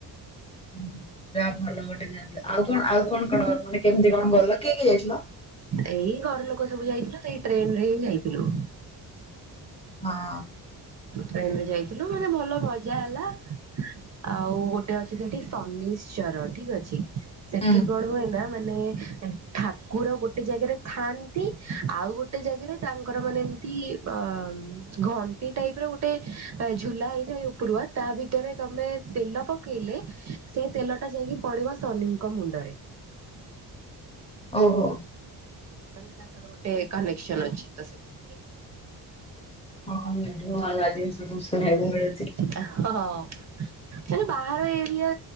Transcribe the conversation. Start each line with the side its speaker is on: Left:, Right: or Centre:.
Left: ଉଁ, ହୁଁ, ଯା ଭଲ ଗୋଟେ ଜାଗା ଥିଲା। ଆଉ କଣ ଆଉ କଣ କଣ ମାନେ କେମିତି କଣ ଗଲ କିଏ କିଏ ଯାଇଥିଲ?
Right: ଏଇ ଘର ଲୋକ ସବୁ ଯାଇଥିଲୁ ସେଇ ଟ୍ରେନ୍ ରେ ହିଁ ଯାଇଥିଲୁ।
Left: ହଁ।
Right: ଟେନ୍ ରେ ଯାଇଥିଲୁ ମାନେ ଭଲ ମଜା ହେଲା। ଆଉ ଗୋଟେ ଅଛି ସେଠି ଶନିଶ୍ଚର ଠିକ ଅଛି। ସେଠି
Left: ହୁଁ
Right: କଣ ହୁଏ ନା ମାନେ ଏ ଠାକୁର ଗୋଟେ ଜାଗାରେ ଥାଆନ୍ତି ଆଉ ଗୋଟେ ଜାଗାରେ ତାଙ୍କର ମାନେ ଏମତି ଅ, ମ୍- ଘଣ୍ଟି ଟାଇପ୍ ର ଗୋଟେ ଅ, ଝୁଲା ହେଇଥାଏ ଉପରୁଆ ତା ଭିତରେ ତୋମେ ତେଲ ପକେଇଲେ ସେ ତେଲ ଟା ଯାଇକି ପଡିବ ଶନିଙ୍କ ମୁଣ୍ଡରେ।
Left: ଓହୋ।
Right: ମାନେ ତାଙ୍କର ଗୋଟେ କନେକ୍ସନ୍ ଅଛି ତ ସେଥି
Left: ହଁ ମୁଁ ନୂଆ ନୂଆ ଜିନିଷ ସବୁ ଶୁଣିବାକୁ ମିଳୁଛି।
Right: ଆ, ହୋ, ହଁ। ମାନେ ବାହାର ଏରିଆ